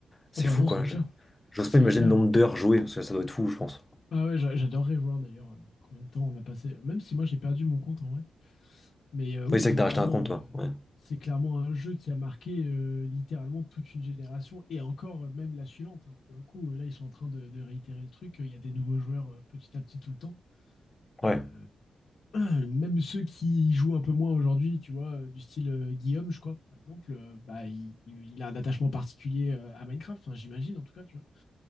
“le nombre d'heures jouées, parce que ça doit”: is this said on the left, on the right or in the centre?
Left